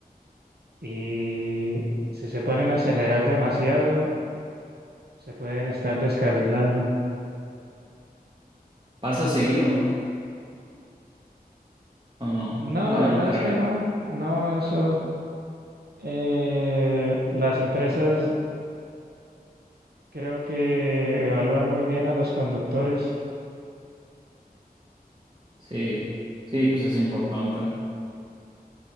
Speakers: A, on the right; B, on the right.
A: y si se ponen a acelerar demasiado, se pueden estar descarrilando.
B: ¿Pasa seguido? ¿O no?
A: No,
B: No,
A: la verdad
B: no creo.
A: es que no, no, eso, eh, las empresas creo que evalúan muy bien a los conductores
B: Sí, sí, pues es importante.